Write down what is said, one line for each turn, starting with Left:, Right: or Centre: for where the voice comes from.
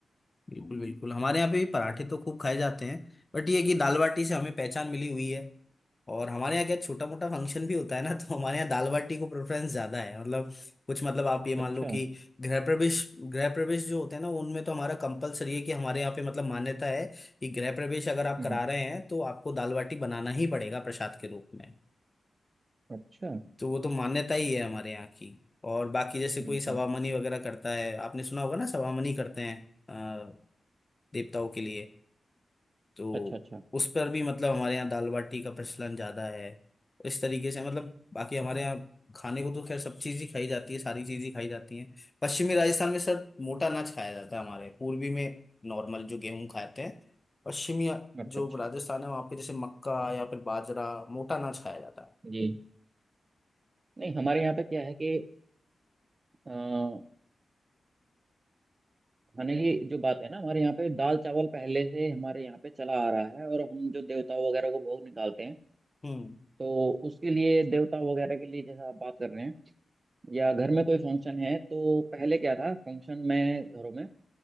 Left: बिल्कुल बिल्कुल हमारे यहाँ पे भी पराठे तो खूब खाए जाते हैं बट ये है कि दाल बाटी से हमें पहचान मिली हुई है और हमारे यहाँ क्या छोटा मोटा फंक्शन भी होता है ना तो हमारे यहाँ दाल बाटी को प्रेफरेंस ज्यादा है मतलब कुछ मतलब आप ये मान
Right: अच्छा
Left: लो कि गृह प्रवेश गृह प्रवेश जो होते हैं ना उनमें तो हमारा कंपलसरी है कि हमारे यहाँ पे मतलब मान्यता है कि गृह प्रवेश अगर आप
Right: हम्म
Left: करा रहे हैं तो आपको दाल बाटी बनाना ही पड़ेगा प्रसाद के रूप में
Right: अच्छा
Left: तो वो तो मान्यता ही है हमारे यहाँ की और बाकी जैसे
Right: हम्म
Left: कोई सवामनी
Right: हम्म
Left: वगैरह करता है आपने सुना होगा ना सवामनी करते हैं अ, देवताओं के लिए तो
Right: अच्छा अच्छा
Left: उस पर भी मतलब हमारे यहाँ दाल बाटी का प्रचलन ज्यादा है इस तरीके से मतलब बाकी हमारे यहाँ खाने को तो खैर सब चीज ही खाई जाती है सारी चीज ही खाई जाती है पश्चिमी राजस्थान में सर मोटा अनाज खाया जाता है हमारे पूर्वी में नॉर्मल जो गेहूं खाते हैं पश्चिमी
Right: अच्छा
Left: जो
Right: अच्छा
Left: राजस्थान है वहाँ पे जैसे मक्का या फिर बाजरा मोटा अनाज खाया जाता है
Right: जी नहीं हमारे यहाँ पे क्या है कि अ, खाने की जो बात है ना हमारे यहाँ पे दाल चावल पहले से हमारे यहाँ पे चला आ रहा है और हम जो देवता वगैरह को भोग निकालते हैं
Left: हम्म
Right: तो उसके लिए देवता वगैरह के लिए जैसा आप बात कर रहे हैं या घर में कोई फंक्शन है तो पहले क्या था फंक्शन में घरों में